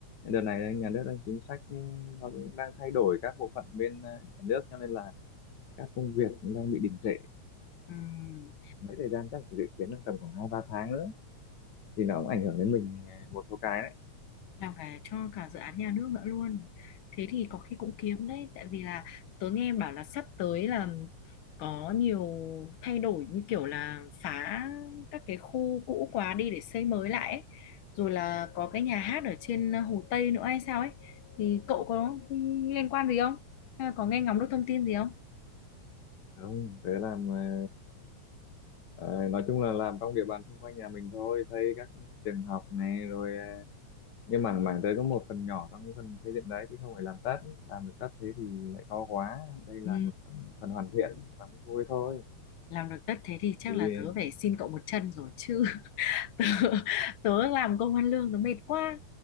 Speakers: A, on the left; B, on the left.
A: đợt này nhà nước đang chính sách ừ, nó cũng đang thay đổi các bộ phận bên à, nhà nước cho nên là các công việc cũng đang bị đình trệ
B: Ừm,
A: mấy thời gian chắc dự kiến trong tầm khoảng hai ba tháng nữa thì nó cũng ảnh hưởng đến mình à, một số cái đấy
B: làm cả cho cả dự án nhà nước nữa luôn thế thì có khi cũng kiếm đấy tại vì là tớ nghe bảo là sắp tới là có nhiều thay đổi như kiểu là phá các cái khu cũ quá đi để xây mới lại ấy. rồi là có cái nhà hát ở trên Hồ Tây nữa hay sao ấy thì cậu có liên quan gì không hay là có nghe ngóng được thông tin gì không
A: không tớ làm à, ờ, nói chung là làm trong địa bàn xung quanh nhà mình thôi xây các trường học này rồi ờ, nhưng mà mảng đấy có một phần nhỏ trong cái phần xây dựng đấy chứ không phải làm tất làm được tất thế thì lại to quá đây là
B: ừ,
A: một phần, phần hoàn thiện tắm vui thôi
B: làm được tất thế thì chắc
A: thì
B: là tớ phải xin cậu một chân rồi chứ <laughs> tớ làm công ăn lương tớ mệt quá